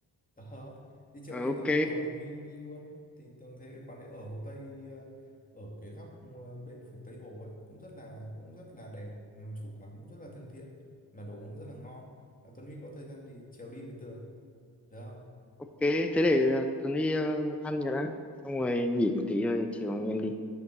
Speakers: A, on the left (about 20°); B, in the centre.
A: Ờ, thì chiều
B: Ờ,
A: nay
B: ok
A: Tường đèo Tuấn Huy đi luôn thì Tường thấy cái quán đấy ở Hồ Tây ờ, ở cái góc ờ, bên phủ Tây Hồ ấy cũng rất là cũng rất là đẹp Ừ, chủ quán cũng rất là thân thiện mà đồ cũng rất là ngon Nếu Tuấn Huy có thời gian thì chiều đi với Tường được không
B: ok thế để à, Tuấn đi à, ăn cái đó xong rồi nghỉ một tí rồi chiều anh em đi